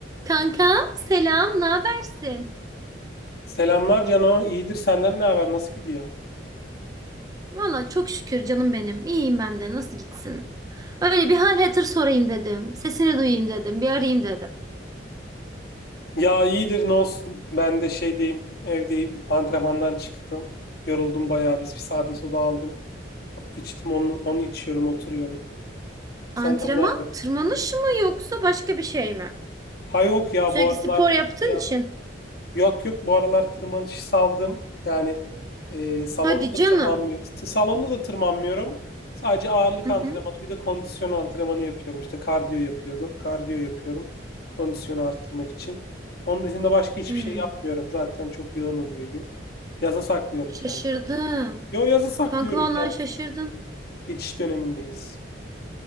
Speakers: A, on the right; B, on the left.
A: Kankam selam, ne habersin?
B: Selamlar Cano. İyidir senden ne haber? Nasıl gidiyor?
A: Valla çok şükür canım benim. İyiyim ben de. Nasıl gitsin? Öyle bir hal hatır sorayım dedim. Sesini duyayım dedim. Bir arayayım dedim.
B: Ya iyidir ne olsun. Ben de şeydeyim, evdeyim. Antrenmandan çıktım. Yoruldum bayağı. biz bir sade soda aldım. İçtim onu, onu içiyorum, oturuyorum. Senden
A: Antrenman,
B: ne haber?
A: tırmanış mı yoksa başka bir şey mi?
B: Ha yok ya
A: Sürekli
B: bu aralar
A: spor yaptığın
B: şey
A: için.
B: Yok yok bu aralar tırmanışı saldım. Yani e, salonda
A: Hadi canım.
B: da tırmanmıyorum. Salonda da tırmanmıyorum. Sadece ağırlık
A: Hı
B: antrenmanı
A: hı.
B: bir de kondisyon antrenmanı yapıyorum. İşte kardiyo yapıyordum. Kardiyo yapıyorum. Kondisyonu arttırmak için. Onun dışında başka hiçbir
A: Hmm.
B: şey yapmıyorum. Zaten çok yoğun oluyor gün. Yaza saklıyorum
A: Şaşırdım.
B: kendimi. Yo yazı saklıyorum
A: Kanka vallahi
B: kendimi.
A: şaşırdım.
B: Geçiş dönemindeyiz.